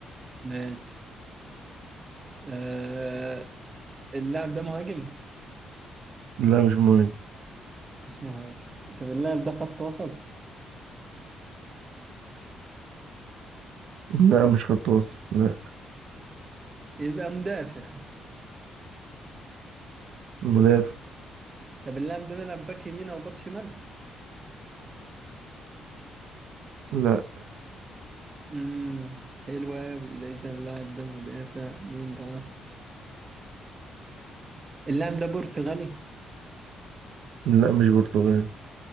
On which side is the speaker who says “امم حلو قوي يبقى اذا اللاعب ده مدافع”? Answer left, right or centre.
Right